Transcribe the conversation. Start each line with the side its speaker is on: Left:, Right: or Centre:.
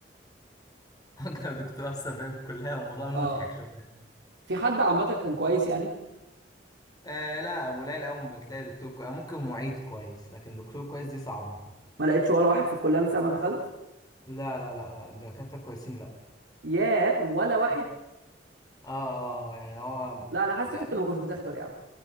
Left: <laughs> اكتر دكتور اثر فيا في الكليه موضوع مضحك
Right: اه
Left: شويه
Right: في حد عامه كان كويس يعني
Left: آه لا قليل قوي ما بتلاقي دكتور كويس ممكن معيد كويس لكن دكتور كويس دي صعبة
Right: ما لقيتش ولا واحد في الكليه من ساعه ما دخلت
Left: لا لا لا لا الدكاترة كويسين لا
Right: ياه ولا واحد
Left: اه اه يعني هو
Right: لا انا حاسسك
Left: لا
Right: انت
Left: ممكن
Right: اللي ما كنتش بتحضر يا عم